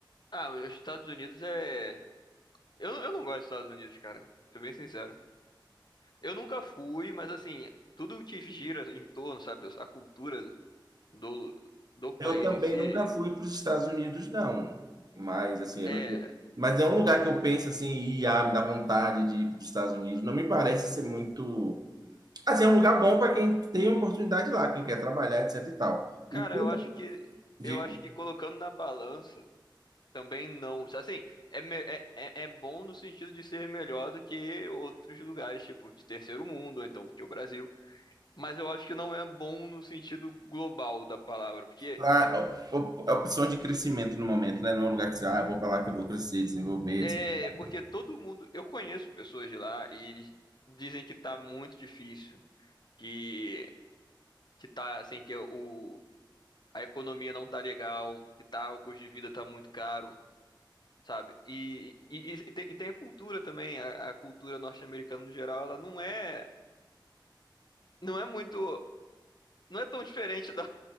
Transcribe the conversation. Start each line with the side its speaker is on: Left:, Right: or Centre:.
Left: Ah, os Estados Unidos é. Eu, não- eu não gosto dos Estados Unidos, cara. Ser bem sincero. Eu nunca fui, mas assim, tudo que gira em torno, sabe? A cultura. do, do
Right: Eu
Left: país
Right: também
Left: em si,
Right: nunca fui para os Estados Unidos, não. Mas assim, eu
Left: é,
Right: não- mas é um lugar que eu penso assim, e ah, me dá vontade de ir para os Estados Unidos. Não me parece ser muito Assim, é um lugar bom para quem tem oportunidade lá, quem quer trabalhar, etc e tal. O
Left: cara,
Right: que
Left: eu
Right: eu não
Left: acho que
Right: digo,
Left: eu acho que colocando na balança também não, assim, é, me- é, é é bom no sentido de ser melhor do que outros lugares, tipo, de terceiro mundo, ou então do que o Brasil, mas eu acho que não é bom no sentido global da palavra, porque
Right: a, a opção de crescimento no momento, né? Não é um lugar que você, ah, vou para lá que eu vou crescer, desenvolver,
Left: é,
Right: etc.
Left: porque todo mundo, eu conheço pessoas de lá e eles dizem que tá muito difícil, que que tá assim que o a economia não tá legal, que tá, o custo de vida tá muito caro. sabe? E, e, e tem, e tem a cultura também, a, a cultura norte-americana no geral, ela não é, não é muito, não é tão diferente da,